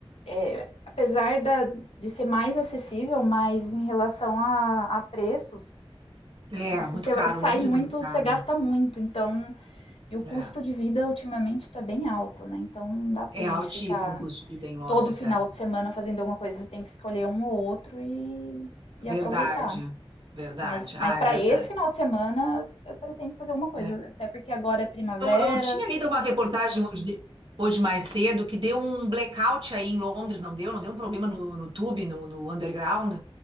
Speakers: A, on the left; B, on the right.
A: é, apesar da, de ser mais acessível, mas em relação a, a preços,
B: É,
A: se
B: muito caro.
A: você sai
B: Londres
A: muito,
B: é muito caro.
A: você gasta muito. Então, e o custo
B: É.
A: de vida ultimamente está bem alto, né? Então, não dá pra
B: É
A: gente
B: altíssimo
A: ficar
B: o custo de vida em Londres,
A: todo final
B: é.
A: de semana fazendo alguma coisa. Você tem que escolher um ou outro e, e
B: Verdade.
A: aproveitar.
B: Verdade.
A: Mas, mas
B: Ah,
A: para
B: é verdade.
A: esse final de semana, eu pretendo fazer alguma coisa.
B: É.
A: Até porque agora é primavera,
B: Eu, eu tinha lido uma reportagem hoje, de- hoje mais cedo que deu um blackout aí em Londres, não deu? Não deu um problema no, no tube, no, no underground?